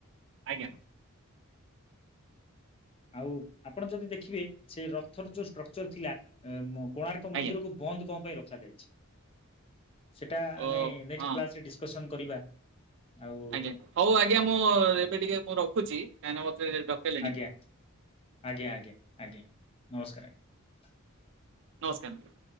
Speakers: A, on the right (about 60°); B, on the left (about 25°).
A: ଆଜ୍ଞା।
B: ଆଉ ଆପଣ ଯଦି ଦେଖିବେ ସେ ରକ୍ ଥର ଯୋଉ ଷ୍ଟ୍ରକ୍ଚର ଥିଲା ଏ କୋଣାର୍କ ମନ୍ଦିରକୁ
A: ଆଜ୍ଞା
B: ବନ୍ଦ କଣ ପାଇଁ ରଖାଯାଇଛି? ସେଟା
A: ଓ
B: ଆମେ ନେକ୍ସଟ୍
A: ହଁ
B: କ୍ଲାସରେ ଡିଶ୍କସନ କରିବା ଆଉ
A: ଆଜ୍ଞା ହଉ ଆଜ୍ଞା ମୁଁ
B: ଆଜ୍ଞା।
A: ଏବେ ଟିକେ ମୁଁ ରଖୁଛି କ ମତେ ଡକେଇଲିଣି।
B: ଆଜ୍ଞା ଆଜ୍ଞା ଆଜ୍ଞା ଆଜ୍ଞା ନମସ୍କାର ଆଜ୍ଞା।
A: ନମସ୍କାର।